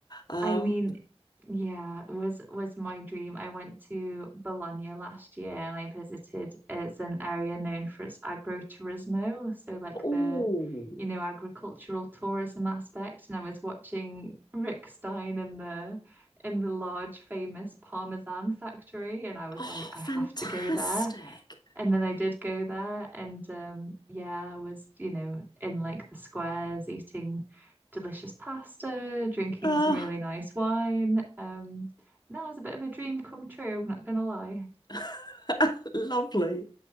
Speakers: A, on the left; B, on the right.
A: Um,
B: I mean, yeah, was was my dream. I went to Bologna last year and I visited it's an area known for its agroturismo, so like
A: Oh,
B: the you know agricultural tourism aspect. And I was watching Rick Stein in the in the large famous Parmesan factory and I was
A: oh,
B: like, I
A: fantastic.
B: have to go there. And then I did go there, and um, yeah, I was, you know, in like the squares eating delicious pasta, drinking
A: Oh,
B: some really nice wine. Um, that was a bit of a dream come true, I'm not gonna lie.
A: <laughs> lovely.